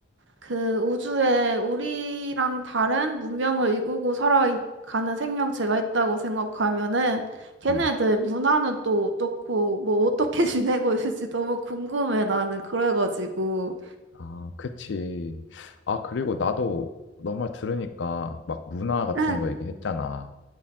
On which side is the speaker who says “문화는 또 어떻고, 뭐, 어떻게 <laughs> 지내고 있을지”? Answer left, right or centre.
Right